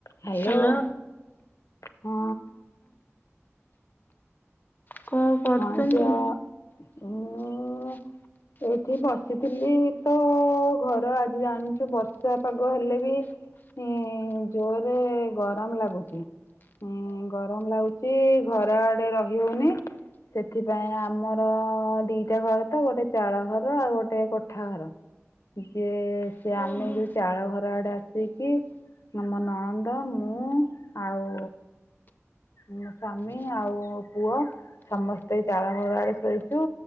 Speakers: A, on the left; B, on the left.
A: Hello
B: hello.
A: ହଁ।
B: କଣ
A: ହଁ
B: କରୁଛନ୍ତି?
A: <unintelligible> ଉଁ <unintelligible> ଏଠି ବସିଥିଲି ତ ଘର ଆଜି ଜାଣିଛୁ ବର୍ଷା ପାଗ ହେଲେ ବି ହୁଁ ଜୋରେ ଗରମ ଲାଗୁଚି। ହୁଁ ଗରମ ଲାଗୁଚି ଘର ଆଡ଼େ ରହି ହଉନି। ସେଥିପାଇଁ ଆମର ଦିଟା ଘର ତ ଗୋଟେ ଚାଳ ଘର ଆଉ ଗୋଟେ କୋଠା ଘର। ଯେ ସେ
B: ଓହୋ
A: ଆମେ ଯୋଉ ଚାଳ ଘର ଆଡ଼େ ଆସିକି ମୋ ନଣନ୍ଦ ମୁଁ ଆଉ ମୋ ସ୍ବାମୀ ଆଉ ପୁଅ ସମ ଏଇ ଚାଳଘର ଆଡ଼େ ଶୋଇଛୁ